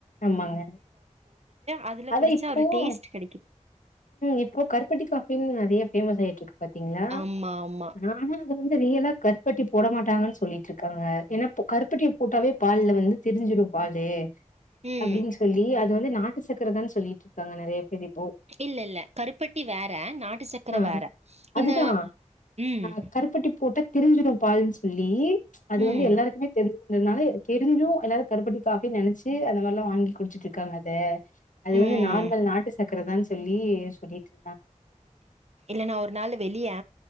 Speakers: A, on the left; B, on the right.
A: ஆமாங்க
B: அதுல
A: அதா
B: குடிச்சா
A: இப்போம்
B: ஒரு டேஸ்ட் கெடைக்கு
A: இப்போ கருப்பட்டி காஃபின் நெறைய ஃபேமஸ் ஆயிட்ருக்கு பாத்தீங்ளா
B: ஆமா ஆமா
A: நாலா து வந்து ரியலா கர்பட்டி போட மாட்டாங்கன்னு சொல்லிட்ருக்காங்க ஏனா கர்பட்டி போட்டாவே பால்ல வந்து திரிஞ்சிரூ பாலு
B: ம்
A: அப்டின் சொல்லி அது வந்து நாட்டு சக்கரதான்னு சொல்லிட்டு இருக்காங்க நறைய பேர் இ
B: இல்லல்ல கருப்பட்டி வேற நாட்டு சக்கர
A: ஆ.
B: வேற இந்த
A: அதுதான்
B: ம்
A: அ கருப்பட்டி போட்டா திரிஞ்சிரும் பாருன் சொல்லி அது
B: ம்
A: வந்து எல்லாருக்குமே தெரிஞ்சதுனால தெரிஞ்சூ எல்லாரு கருப்பட்டி காஃபி நனச்சி அந்த மாரிலா வாங்கி குடிச்சுட்ருக்காங்க அத அது
B: ம்
A: வந்து நார்மல் நாட்டு சக்கர தான் சொல்லி சொல்லிட்ரு
B: இல்ல நா ஒரு நாள் வெளியே